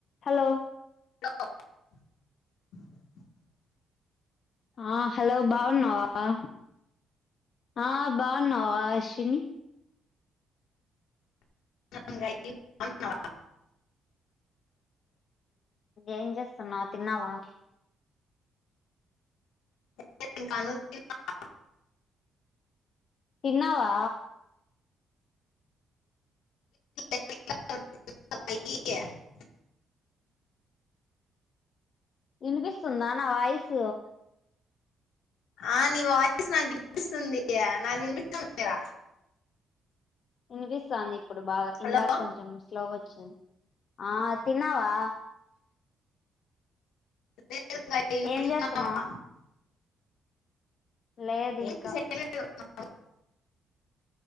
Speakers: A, on the left; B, on the left.
A: హలో
B: <unintelligible>
A: ఆ హలో బాగున్నావా వా ఆ బాగున్నావా షిన్ని
B: <unintelligible>
A: ఏం చేస్తున్నావ్ తిన్నావా
B: <unintelligible>
A: తిన్నావా
B: <unintelligible>
A: ఇన్పిస్తుందా నా వాయిస్
B: ఆ నీ వాయిస్ నాక్ ఇన్పిస్తుంది నాద్ విన్పిస్తుందా లేదా
A: ఇన్పిస్తాంది. ఇప్పుడు బాగా
B: హలో
A: ఇందాక కొంచం స్లోగా వచ్చింది ఆ తిన్నావా
B: లే
A: ఏం చేస్తున్నావ్
B: <unintelligible>
A: లేదు
B: ఏ <unintelligible>
A: ఇంకా